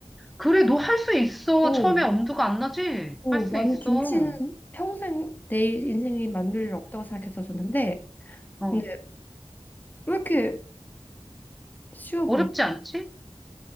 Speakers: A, in the centre; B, on the left.
A: 그래 너 할 수 있어.
B: 오,
A: 처음에 엄두가 안 나지?
B: 오,
A: 할 수
B: 나는
A: 있어.
B: 김치는 평생 내 인생이 만들 일 없다고 생각했었었는데,
A: 어
B: 근데 왜 이렇게 쉬워 보이지?
A: 어렵지 않지?